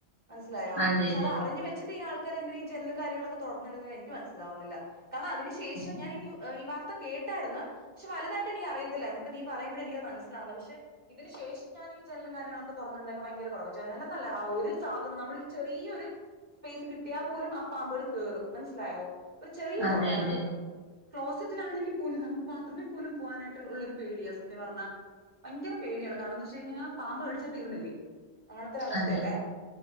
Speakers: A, on the right (about 40°); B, on the right (about 25°).
A: മനസ്സിലായോ
B: അതെ
A: പഷേ
B: അതെ
A: അത് അറിഞ് വെച്ചട്ട് ഈ ആൾക്കാര്ന്തിന ജനലും കാര്യങ്ങളൊക്കെ തുറന്നിടുന്നുന്നത് എനിക്ക് മനസ്സിലാവുന്നില്ല കാരണം അതിനു ശേഷം
B: ഉം.
A: ഞാൻ ഈ വാർത്ത കേട്ടായിരുന്നു പക്ഷെ വലുതായിട്ട്നക്ക് അറയിത്തില്ലായിരുന്നു ഇപ്പ നീ പറയുമ്പഴ എനിക്ക അത് മനസ്സിലാവുന്നു പക്ഷെ ഇതിന് ശേഷം ഞാൻ ഈ ജലനം ഗാനങ്ങളൊക്കെ തുറന്നിരുന്നൊക്കെ ഭയങ്കര കുറവ് ജോലല്ലട ആ ഒരു സാധനം നമ്മള ഒരു ചെറിയൊരു സ്പേസ് കിട്ടിയാൽ പോലും ആ പാമ്പുകൾ കേയറും മനസ്സിലായോ ഒരു ചെറിയ
B: അതെ
A: റോട്ട ക്ലോസറ്റിലാണെങ്കിൽ പോലും നമുക്ക് ബാത്റൂമിൽ പോലും പോവാനായിട്ട് ഉള്ള ഒരു പേടിയാ സത്യ പറഞ്ഞാൽ ഭയങ്കര പേടിയാണ് കാരണം എന്ന് വെച്ച് കഴിഞ്ഞാൽ പാമ്പ് മേടിച്ച തീർന്നില്ലേ അങ്ങനത്തെൊര അവസ്ഥയല്ലേ
B: അതെ